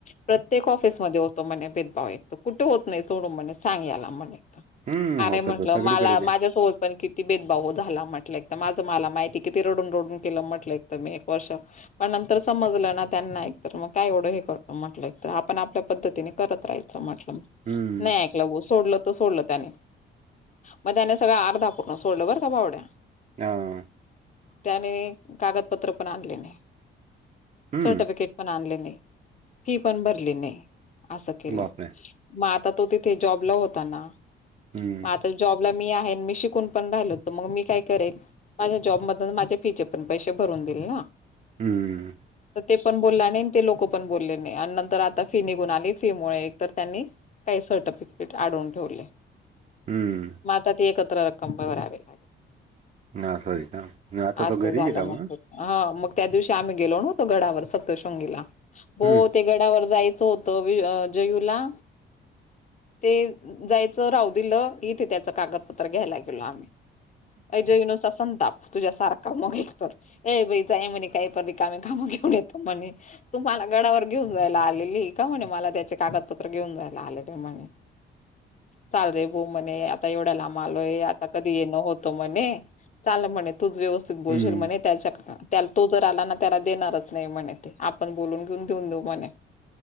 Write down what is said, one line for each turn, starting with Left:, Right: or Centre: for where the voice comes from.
Left: प्रत्येक ऑफिस होतो म्हणे भेदभाव. एक तर कुठे होत नाही सोनु म्हणे सांग याला म्हणे.
Right: हम्म
Left: अरे
Right: होत
Left: म्हटलं
Right: तर सगळीकडे
Left: मला माझ्यासोबत
Right: ते
Left: पण किती भेदभाव झाला म्हटल. एकतर माझं मला माहितीये. किती रडून रडून केल म्हटल एकत मी एक वर्ष. पण नंतर समजल ना त्यांना एकतर मग काय एवढं हे करतो म्हटल. एक तर आपण आपल्या पद्धतीने करत राहायच म्हटल.
Right: हम्म
Left: नाही सोडलं तर सोडलं त्याने. मग त्याने सगळ अर्धा अपूर्ण सोडलं बरं का भावड्या.
Right: <unintelligible>
Left: त्याने कागदपत्र पण आणले नाही.
Right: हम्म
Left: सर्टिफिकेट पण आणले नाही. फी पण भरली नाही. आस केल.
Right: बापरे
Left: मग आता तो तिथे जॉबला होता ना.
Right: हम्म
Left: म आत तर जॉबला मी आहे. मी शिकून पण राहिलो होतो. त मग मी काय करेल. माझ्या जॉब मधनच माझ्या फीचे पण पैसे भरून देईल ना.
Right: हम्म
Left: तर ते पण बोलला नाही. ते लोक पण बोलले नाही. आणि नंतर आता फि निघून आली. फी मुळे एक तर त्यांनी काही सर्टिफिकेट अडवून ठेवले.
Right: हम्म
Left: मग आता ती एकत्र रक्कम भरावी लागेल.
Right: आस आहे का. नाही आता
Left: असं
Right: तो घरीच
Left: झालं
Right: आहे का म.
Left: मग हा मग त्या दिवशी आम्ही गेलो. नव्हतो गडावर सप्तशृंगीला. बो
Right: हम्म
Left: ते गडावर जायचं होत जयूला. ते जायच राहु दिल. इथे त्यांच कागदपत्र घ्यायला गेलो आम्ही. अ जयु नुसता संताप तुझ्यासारखा. मग एक तर ए बाई जाय म्हणे काय तरी रीकामे काम घेऊन येता म्हणे. तुम्हाला गडावर घेऊन जायला आलेली का म्हणे. मला त्याचे कागदपत्र घेऊन जायला आलेली आहे म्हणे. चाल रे बो म्हणे. आता एवढ्या लांब आलोय. आता कधी येण होत. णे चाल म्हणे. तूच व्यवस्थित बोलशील
Right: हम्म
Left: म्हणे. त्याच त्याल तोच जर आला ना त्याला देणारच नाही म्हणे. ते आपण बोलून घेऊन देऊन देऊ म्हणे.